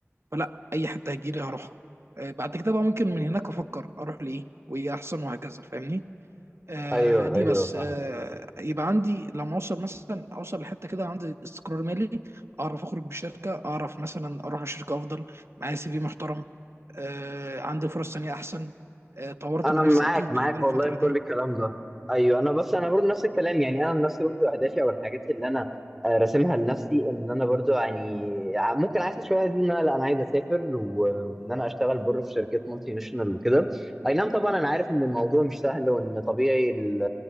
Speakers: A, on the right; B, in the centre.
A: فلا اي حته هتجيلي هروحها آه، بعد كده بقى ممكن من هناك افكر اروح لايه وايه احسن وهكذا فاهمني آه،
B: ايوه
A: دي
B: ايوه
A: بس
B: فاهم
A: آه، يبقى عندي لما اوصل مثلا اوصل لحته كده عندي استقرار مالي اعرف اخرج من الشركه اعرف مثلا اروح الشركه افضل معايا سي في محترم آه، عندي فرص تانية احسن آه، طورت
B: انا
A: من نفسي
B: معاك
A: اكيد
B: معاك
A: خلال
B: والله
A: الفتره
B: في
A: دي
B: كل الكلام ده ايوه انا بس انا برضو نفس الكلام يعني انا نفسي برضو اهدافي او الحاجات اللي انا آه، راسمها لنفسي ان انا برضو يعني ع- ممكن عايز شويه دي ان انا لا انا عايز اسافر و... وان انا اشتغل بره في شركات مالتي ناشونال وكده اي نعم طبعا انا عارف ان الموضوع مش سهل وان طبيعي ال...